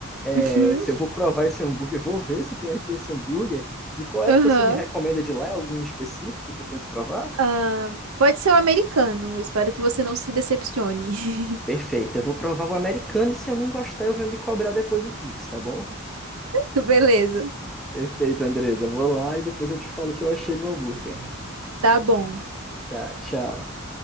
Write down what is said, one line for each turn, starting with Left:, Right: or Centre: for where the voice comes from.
Right: uhum,
Centre: É, se eu vou provar esse hambúrguer, vou ver se tem aqui esse hambúrguer. E qual é
Right: <laughs>
Centre: que
Right: aham.
Centre: você me recomenda de lá? Algum específico que eu tenho que provar?
Right: Ah, pode ser o americano. Espero que você não se decepcione.
Centre: Perfeito, eu vou provar o americano e se eu não gostar, eu venho lhe cobrar depois o Pix, tá bom?
Right: <laughs> Beleza.
Centre: Perfeito, Andresa. Vou lá e depois eu te falo o que eu achei do hambúrguer.
Right: Tá bom.
Centre: Tá, tchau.